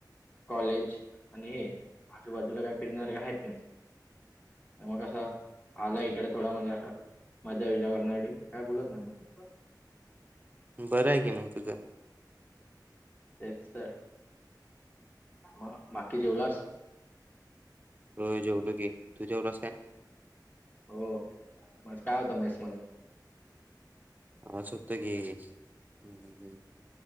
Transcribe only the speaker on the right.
बरायं की मग तुझं.
होय जेवलो की तू जेवलास काय?
आज हुतं की हूं-हूं -हूं